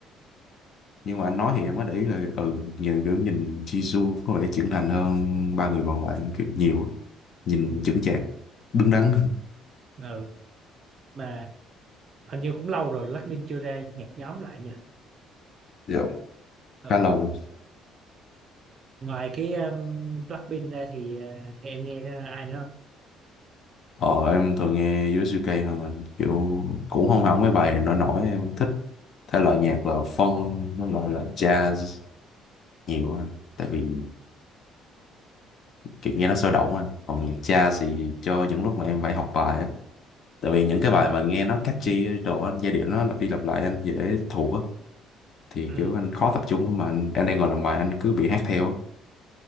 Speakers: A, on the left; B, on the right.
A: nhưng mà anh nói thì em mới để ý rồi ừ nhiều kiểu nhìn Jisoo có vẻ trưởng thành hơn ba người còn lại kiểu nhiều á. nhìn
B: ừ.
A: chững chạc đứng đắn hơn.
B: ừ mà hình như cũng lâu rồi Blackpink chưa ra nhạc nhóm lại nha
A: Dạ,
B: ừ.
A: khá lâu rồi.
B: ngoài cái um, Blackpink ra thì uh, em nghe uh, ai nữa không
A: ờ em thường nghe USUK hơn anh. kiểu cũng không hẳn mấy bài nổi nổi em thích thể loại nhạc là funk nó loại là jazz nhiều anh tại vì kiểu nghe nó sôi động anh còn nhạc jazz thì cho những lúc mà em phải học bài á tại vì những cái bài mà nghe nó catchy đồ anh giai điệu nó lặp đi lặp lại anh dễ thuộc á thì
B: ừ.
A: kiểu anh khó tập trung mà anh, anh đang ngồi làm bài anh cứ bị hát theo á.